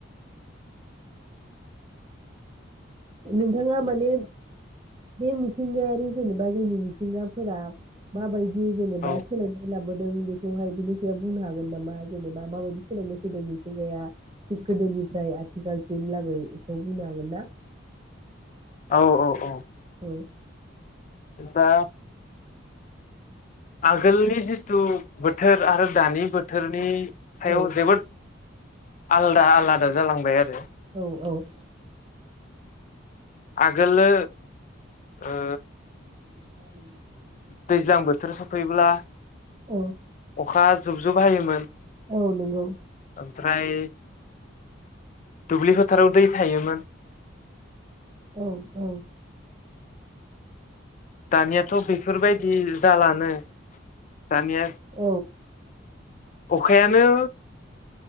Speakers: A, on the right; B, on the left.
A: नोंथाङा माने बे मिथिंगायारि जेनेबा जोंनि मिथिंगाफोरा माबायदि जेनेबा
B: औ
A: सोलायबाय लाबो नों बेखौहाय बिनि सायाव बुंनो हागोन नामा जेनेबा माबायदि सोलायनाय फैदों मिथिंगाया थिग गोदोनिफ्राय आथिखालसिम लागै बेखौ बुंनो हागोन ना?
B: औ औ औ।
A: औ।
B: दा आगोलनि जिथु बोथोर आरो दानि बोथोरनि सायाव
A: औ
B: जोबोर आलदा आलादा जालांबाय आरो
A: औ औ।
B: आगोलो ओ
A: <unintelligible>
B: दैज्लां बोथोर सफैयोब्ला
A: औ
B: अखा जुब जुब हायोमोन।
A: औ नंगौ।
B: उमफ्राय दुब्लि फोथाराव दै थायोमोन।
A: औ औ।
B: दानियाथ' बेफोरबायदि जालानो दानिया
A: औ
B: अखायानो